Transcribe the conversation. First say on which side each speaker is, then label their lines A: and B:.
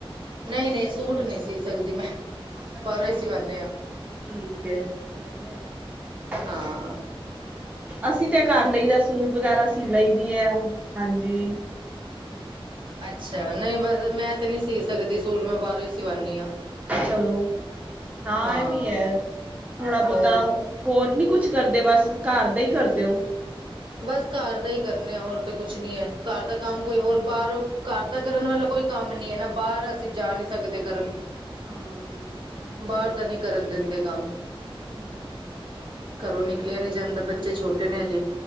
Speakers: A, on the right (about 60°); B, on the right (about 15°).
A: ਨਹੀਂ -ਨਹੀਂ ਸੂਟ ਨਹੀਂ ਸੀਅ ਸਕਦੀ ਮੈਂ,
B: ਅੱਛਾ
A: ਬਾਹਰੋਂ ਹੀ ਸਿਵਾਨੇ ਆਂ।
B: ਠੀਕ ਐ, ਵਧੀਆ ਐ।
A: ਹਾਂ
B: ਅਸੀਂ ਤੇ ਕਰ ਲਈ ਦਾ ਸੂਟ ਵਗੈਰਾ ਸੀਅ ਲਈ ਦੀ ਐ, ਹਾਂਜੀ।
A: ਅੱਛਾ ਨਹੀਂ ਬਸ ਮੈਂ ਤੇ ਨਹੀਂ ਸੀਅ ਸਕਦੀ ਸੂਟ, ਮੈਂ ਬਾਹਰੋਂ ਹੀ ਸਿਵਾਂਣੀ ਆਂ।
B: ਚਲੋ ਨਾ
A: ਹਾਂ
B: ਇਹ ਵੀ ਐ, ਥੋੜਾ ਬਹੁਤਾ
A: ਹੋਰ
B: ਹੋਰ ਨੀ ਕੁਛ ਕਰਦੇ ਬਸ ਘਰ ਦਾ ਹੀ ਕਰਦੇ ਹੋ।
A: ਬਸ ਘਰ ਦਾ ਹੀ ਕਰਨੇ ਆ ਹੋਰ ਤਾਂ ਕੁਛ ਨੀ ਹੈ, ਘਰ ਦਾ ਕੰਮ ਕੋਈ ਹੋਰ ਬਾਹਰੋ ਘਰ ਦਾ ਕਰਨ ਵਾਲਾ ਕੋ ਕੋਈ ਕੰਮ ਨੀ ਹੈ ਨਾ, ਬਾਹਰ ਅਸੀਂ ਜਾ ਨੀ ਸਕਦੇ ਕਰਨ।
B: ਹਾਂ ਐ ਵੀ
A: ਬਾਹਰ
B: ਹੈ
A: ਦਾ ਨਹੀਂ ਕਰਨ ਦਿੰਦੇ ਕੰਮ।
B: ਹਮ
A: ਘਰੋਂ ਨਿਕਲਿਆ ਨੀ ਜਾਂਦਾਂ, ਬੱਚੇ ਛੋਟੇ ਨੇ ਹਜੇ।